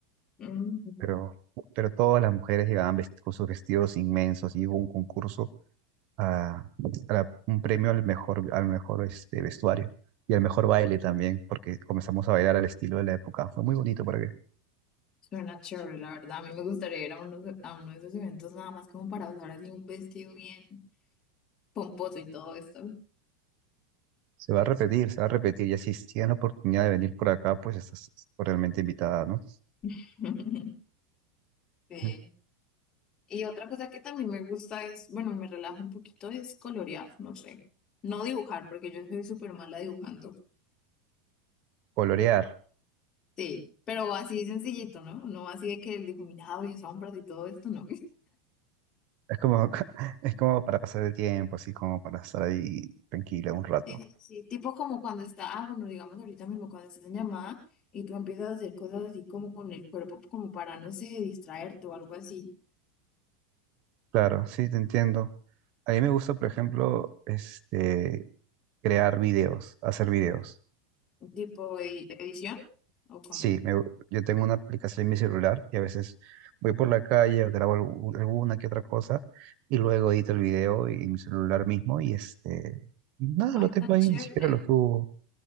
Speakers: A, on the left; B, on the right.
A: Mm,
B: Pero, pero todas las mujeres llegaban vest- con sus vestidos inmensos y hubo un concurso, a, a la- un premio al mejor, al mejor este, vestuario y al mejor baile también, porque comenzamos a bailar al estilo de la época. Fue muy bonito para
A: suena chévere, la verdad. A mí me gustaría ir a uno, de- a uno de esos eventos nada más como para usar así un vestido bien pomposo y todo esto.
B: Se va a repetir, se va a repetir. Y así, si tienes la oportunidad de venir por acá, pues estás realmente invitada, ¿no?
A: <laughs> Sí.
B: Mm.
A: Y otra cosa que también me gusta es, bueno, me relajo un poquito, es colorear, no sé. No dibujar, porque yo soy súper mala dibujando.
B: Colorear.
A: Sí, pero así sencillito, ¿no? No así de que el difuminado y sombras y todo esto, no.
B: Es como, <laughs> es como para pasar el tiempo, así como para estar ahí tranquila un rato.
A: Sí, sí, sí, tipo como cuando está, ah, bueno, digamos ahorita mismo cuando estás en llamada y tú empiezas a hacer cosas así como con el cuerpo, como para, no sé, distraerte o algo así,
B: Claro, sí, te entiendo. A mí me gusta, por ejemplo, este, crear videos, hacer videos.
A: tipo e- edición o como,
B: Sí, me- yo tengo una aplicación en mi celular y a veces voy por la calle, grabo algu- alguna que otra cosa y luego edito el video en mi celular mismo y este, nada,
A: ay,
B: lo tengo
A: tan
B: ahí,
A: chévere,
B: ni siquiera lo subo.